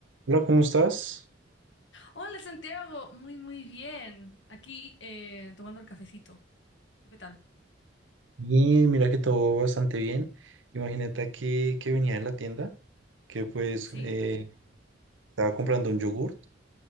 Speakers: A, on the right; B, on the left.
A: Hola, ¿cómo estás?
B: Hola Santiago, muy muy bien. Aquí eh, tomando el cafecito. ¿Tú qué tal?
A: Bien, mira que todo bastante bien. Imagínate que, que venía de la tienda, que pues
B: ¿Sí?
A: eh, estaba comprando un yogurt.